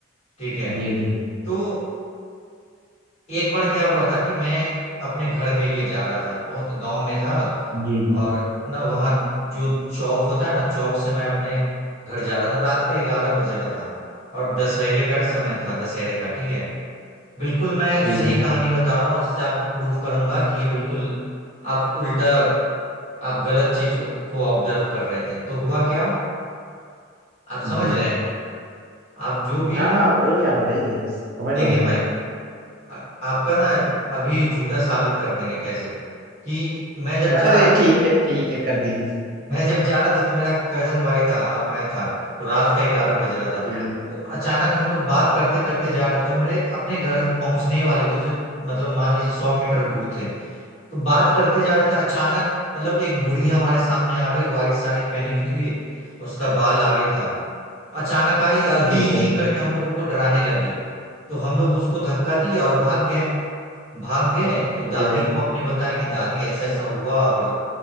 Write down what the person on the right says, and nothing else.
जी जी
जी जी
ठीक
है
जी
जी
जी
हाँ हाँ कोई नहीं आप बताइए समझ
रहा हूँ मैं
अरे
ठीक है ठीक है कर दीजिए
ठीक है
ठीक है
ठीक है